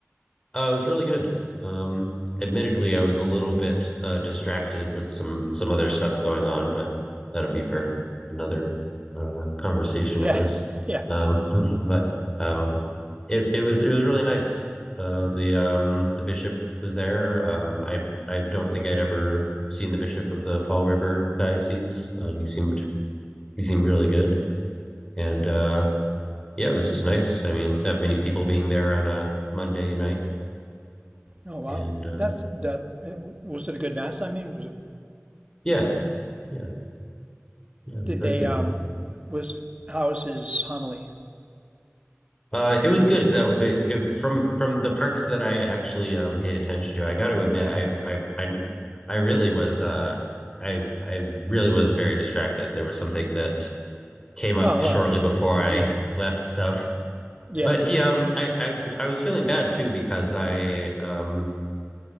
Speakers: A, on the left (about 15°); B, on the right (about 25°).
A: Uh, it was really good. Um, admittedly, I was a little bit uh, distracted with some some other stuff going on, but that'll be for another uh, conversation,
B: Yeah,
A: I guess.
B: <laughs> yeah.
A: Um, <laughs> but um, it it was it was really nice. Uh, the um, the bishop was there. Um, I I don't think I'd ever seen the bishop of the Fall River diocese. Um, he seemed he seemed really good, and uh, yeah, it was just nice. I mean, that many people being there on a Monday night,
B: Oh wow.
A: and uh,
B: That's that. uh, Was it a good mass? I mean, was it?
A: yeah. Yeah, yeah, very
B: Did they
A: good,
B: um?
A: Max.
B: Was how was his homily?
A: Uh, it was good that it, it, from from the parts that I actually um paid attention to. I got to admit, I I I I really was uh I I really was very distracted. There was something that came up
B: Oh
A: shortly
B: well,
A: before I
B: yeah,
A: <laughs> left, so.
B: yeah.
A: But he um I I I was feeling bad too because I um